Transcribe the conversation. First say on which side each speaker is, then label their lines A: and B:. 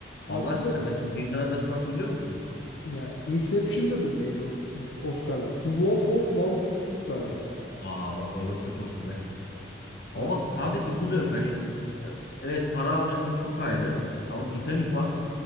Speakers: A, on the left; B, on the left.
A: aslında
B: Allah aşkına mesela Zindan Adası'nı hatırlıyor musun?
A: ya Inception'da da değil o Oscar'lık. The Wolf of Wall Street vardı.
B: Aa bak orası çok güzel. Ama
A: Ya
B: bak sadece bu da yok. Hani e, evet para avcısı çok ayrı. Ama Titanic var.